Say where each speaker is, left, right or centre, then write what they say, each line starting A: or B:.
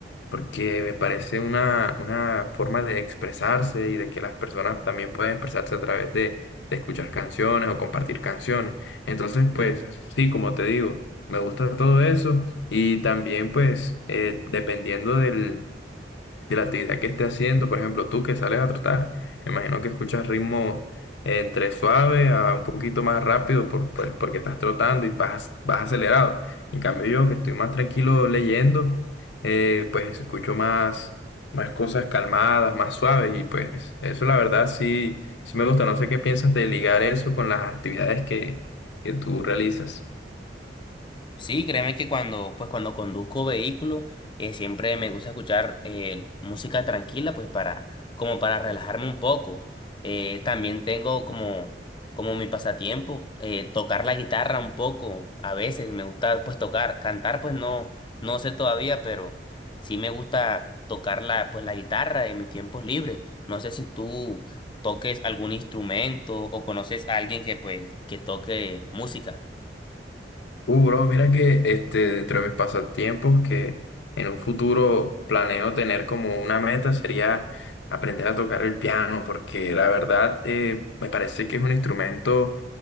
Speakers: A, on the left; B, on the left.
A: porque me parece una, una forma de expresarse y de que las personas también pueden expresarse a través de de escuchar canciones o compartir canciones. Entonces, pues sí, como te digo, me gusta todo eso y también pues eh, dependiendo del, de la actividad que esté haciendo. Por ejemplo, tú que sales a trotar, me imagino que escuchas ritmos entre suave a un poquito más rápido por- pues, porque estás trotando y vas, vas acelerado. En cambio, yo que estoy más tranquilo leyendo, eh, pues escucho más, más cosas calmadas, más suaves y pues eso la verdad sí, sí me gusta. No sé qué piensas de ligar eso con las actividades que, que tú realizas.
B: Sí, créeme que cuando, pues cuando conduzco vehículo, eh, siempre me gusta escuchar eh, música tranquila, pues para, como para relajarme un poco. Eh, también tengo como, como mi pasatiempo, eh, tocar la guitarra un poco. A veces me gusta pues tocar, cantar pues no, no sé todavía, pero sí me gusta tocar la, pues la guitarra en mis tiempos libres. No sé si tú toques algún instrumento o conoces a alguien que pues que toque música.
A: Uh, bro, mira que este, dentro de mis pasatiempos, que en un futuro planeo tener como una meta sería aprender a tocar el piano, porque la verdad eh, me parece que es un instrumento